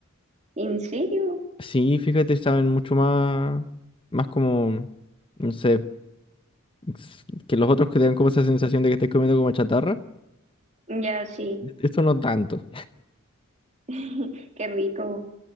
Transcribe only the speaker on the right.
¿En serio?
Ya, sí,
<laughs> qué rico.